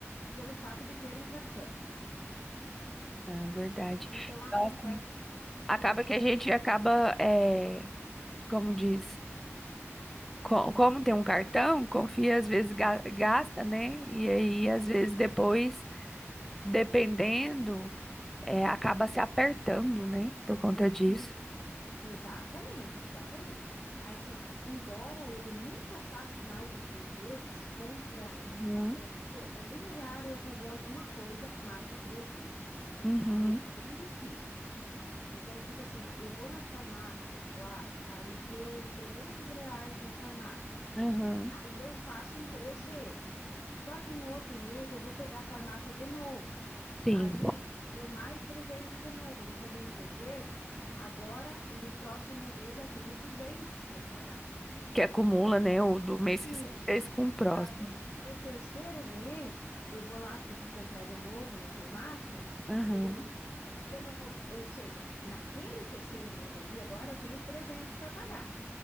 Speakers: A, on the left (about 65°); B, in the centre.
A: pelo fato de ter um cartão.
B: é verdade.
A: Então acontece
B: Nossa, me-
A: que,
B: acaba
A: que você
B: que a gente
A: com-
B: acaba, é, como diz. co- como tem um cartão, confia, às vezes ga- gasta, né? E aí,
A: Isso,
B: às vezes, depois, dependendo, é, acaba
A: Hum.
B: se apertando, né? Por conta disso.
A: isso. Exatamente, exatamente. Aí, assim, ó, embora eu nunca faça em mais de três vezes, compra,
B: Uhum,
A: é, tipo, é bem raro eu fazer alguma coisa mais de três vezes.
B: Uhum.
A: É bem difícil. Então, tipo assim, ó, eu vou na farmácia lá, aí deu 300 reais na farmácia.
B: uhum.
A: Aí eu faço em três vezes. Só que no outro mês eu vou pegar a farmácia de novo.
B: Sim.
A: Aí deu mais 300 de novo. Eu vou fazer em três vezes. Agora, no próximo mês, já tenho 200 para pagar.
B: Que acumula, né? O do mês
A: Isso.
B: que você fez com o próximo.
A: Aí, no terceiro mês, eu vou lá ter que comprar de novo na farmácia
B: Aham.
A: e eu vou fazer três vezes de novo. Ou seja, naquele terceiro mês ali, agora eu tenho 300 para pagar.